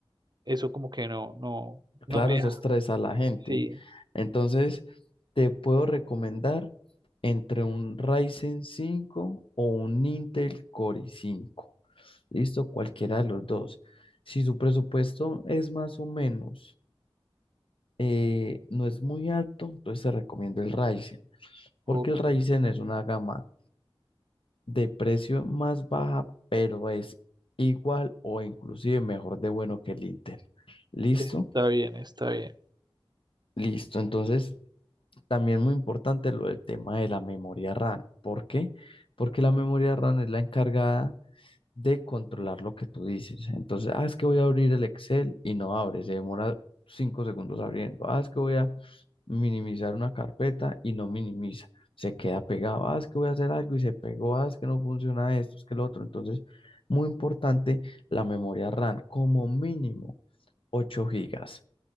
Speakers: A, on the right (about 45°); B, on the left (about 65°).
A: eso como que no, no, no
B: claro,
A: me
B: eso
A: deja.
B: estresa a la gente.
A: Sí,
B: Entonces, te puedo recomendar entre un Ryzen cinco o un Intel Core i5. ¿Listo? Cualquiera de los dos. Si su presupuesto es más o menos, eh, no es muy alto, entonces te recomiendo el Ryzen, porque
A: ok,
B: el Ryzen es una gama de precio más baja, pero es igual o inclusive mejor de bueno que el Intel. ¿Listo?
A: está bien, está bien.
B: Listo. Entonces, también muy importante lo del tema de la memoria RAM. ¿Por qué? Porque la memoria RAM es la encargada de controlar lo que tú dices. Entonces, ah, es que voy a abrir el Excel y no abre, se demora cinco segundos abriendo. Ah, es que voy a minimizar una carpeta y no minimiza, se queda pegado. Ah, es que voy a hacer algo y se pegó. Ah, es que no funciona esto, es que el otro. Entonces, muy importante la memoria RAM, como mínimo 8 gigas.